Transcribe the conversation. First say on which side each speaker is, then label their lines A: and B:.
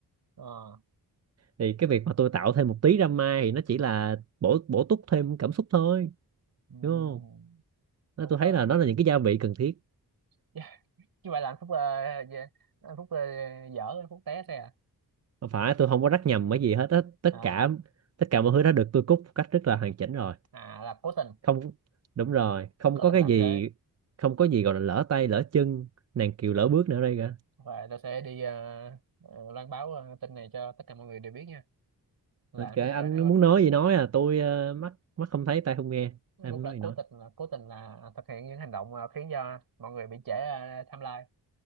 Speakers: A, on the right (about 65°); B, on the right (about 40°).
A: ờ
B: thì cái việc mà tôi tạo thêm một tí drama thì nó chỉ là bổ bổ túc thêm cảm xúc thôi
A: ừm,
B: đúng không
A: ok
B: Nên tôi thấy là nó là những cái gia vị cần thiết
A: yeah. như vậy là anh Phúc ờ, dạ, anh Phúc ờ, dở anh Phúc té xe à
B: không phải tôi không có rắc nhầm cái gì hết á tất
A: à
B: cả tất cả mọi thứ đã được tôi cúc một cách rất là hoàn chỉnh rồi
A: à là cố tình
B: không đúng rồi không
A: cố
B: có
A: tình
B: cái
A: làm
B: gì
A: như thế
B: không có gì gọi là lỡ tay lỡ chân nàng kiều lỡ bước nữa đây cả
A: và tao sẽ đi ờ, ờ, loan báo ờ, tin này cho tất cả mọi người đều biết nha là
B: Nên
A: anh
B: kệ
A: Phúc
B: anh
A: đã
B: muốn nói gì nói à tôi ờ, mắt mắt không thấy tay không nghe
A: anh
B: em
A: Phúc
B: muốn
A: đã
B: nói gì
A: cố
B: nói
A: tình là cố tình là thực hiện những hành động ờ, khiến cho mọi người bị trễ ờ, timeline